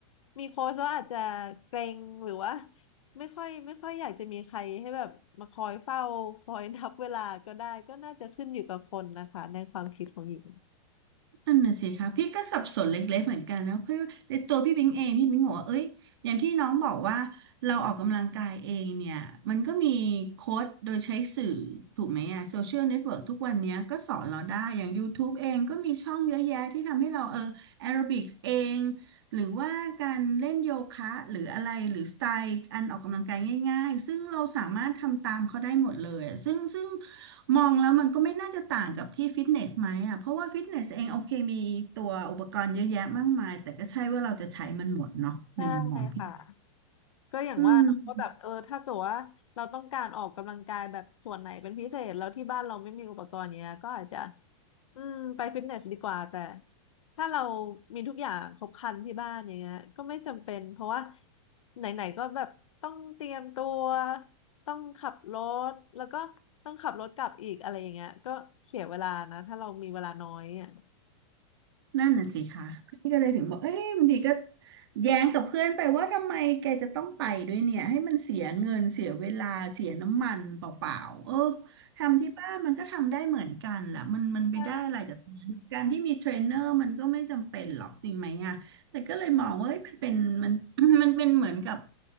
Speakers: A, on the left (about 75°); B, on the right (about 50°).
A: มีโค้ชแล้วอาจจะเกรงหรือว่าไม่ค่อยไม่ค่อยอยากจะมีใครให้แบบมาคอยเฝ้าคอยนับเวลาก็ได้ก็น่าจะขึ้นอยู่กับคนนะคะในความคิดของหญิง
B: นั่นน่ะสิคะพี่ก็สับสนเล็กๆเหมือนกันนะเพราะว่าในตัวพี่บิงเองพี่บิงบอกว่าเอ้ยอย่างที่น้องบอกว่าเราออกกำลังกายเองเนี่ยมันก็มีโค้ชโดยใช้สื่อถูกไหมอะโซเชียลเน็ตเวิร์กทุกวันเนี้ยก็สอนเราได้อย่าง YouTube เองก็มีช่องเยอะแยะที่ทำให้เราเออแอโรบิกส์เองหรือว่าการเล่นโยคะหรืออะไรหรือสไตล์อันออกกำลังกายง่ายๆซึ่งเราสามารถทำตามเขาได้หมดเลยอะซึ่งซึ่ง มองแล้วมันก็ไม่น่าจะต่างกับที่ฟิตเนสไหมอ่ะเพราะว่าฟิตเนสเองโอเคมีตัวอุปกรณ์เยอะแยะมากมายแต่ก็ใช่ว่าเราจะใช้มันหมดเนาะในมุมมองพี่
A: ใช่ค่ะ ก็อย่างว่าเราก็แบบเออถ้าเกิดว่าเราต้องการออกกำลังกายแบบส่วนไหนเป็นพิเศษแล้วที่บ้านเราไม่มีอุปกรณ์เนี้ยก็อาจจะ
B: อืม
A: อืมไปฟิตเนสดีกว่าแต่ถ้าเรามีทุกอย่างครบครันที่บ้านอย่างเงี้ยก็ไม่จำเป็นเพราะว่าไหนๆก็แบบต้องเตรียมตัวต้องขับรถแล้วก็ต้องขับรถกลับอีกอะไรอย่างเงี้ยก็เสียเวลานะถ้าเรามีเวลาน้อยอ่ะ
B: นั่นน่ะสิคะพี่ก็เลยถึงบอกเอ้ยบางทีก็แย้งกับเพื่อนไปว่าทำไมแกจะต้องไปด้วยเนี่ยให้มันเสียเงินเสียเวลาเสียน้ำมันเปล่าๆเออทำที่บ้านมันก็ทำได้เหมือนกันแหละมันมันไปได้อะไรจากตรงนั้นการที่มีเทรนเนอร์มันก็ไม่จำเป็นหรอกจริงไหมอะแต่ก็เลยมองว่าเอ้ยมันเป็นมัน
A: ใช่
B: <coughs> มันเป็นเหมือนกับ